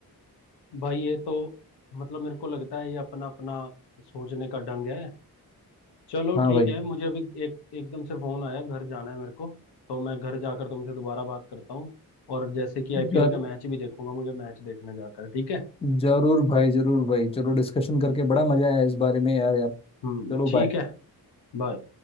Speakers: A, on the left; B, on the left.
A: भाई ये तो मतलब मेरे को लगता है ये अपना अपना सोचने का ढंग है चलो
B: हाँ
A: ठीक
B: भाई
A: है मुझे अभी एक एकदम से फोन आया घर जाना है मेरे को तो मैं घर जाकर तुमसे दोबारा बात करता हूँ और जैसे कि आईपीएल
B: जर
A: का मैच भी देखूंगा मुझे मैच देखने जाकर ठीक है
B: जरूर भाई जरूर भाई चलो डिस्कशन करके बड़ा मजा आया इस बारे में यार यार
A: हम्म
B: चलो
A: ठीक
B: बाय
A: है बाय